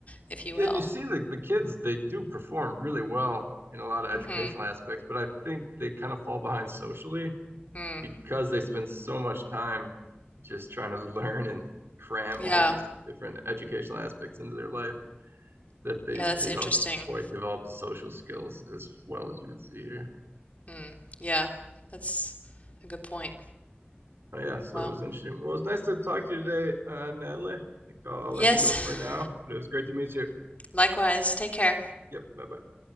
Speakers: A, on the left; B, on the right.
A: if you
B: yeah,
A: will.
B: you see the, the kids, they do perform really well in a lot of educational
A: Mm-hmm.
B: aspects, but I think they kind of fall behind socially
A: Mm.
B: because they spend so much time just trying to learn and cram
A: Yeah.
B: all these different educational aspects into their life that they
A: Yeah, that's
B: they
A: interesting.
B: don't quite develop the social skills as well as you would see here.
A: Mm, yeah, that's a good point.
B: Uh, yeah, so
A: Well,
B: it was interesting. Well, it was nice to talk to you today, uh, Natalie. I think I'll, I'll
A: yes,
B: let you go for now, but it was great to meet you.
A: likewise. Take care.
B: Yep, bye bye.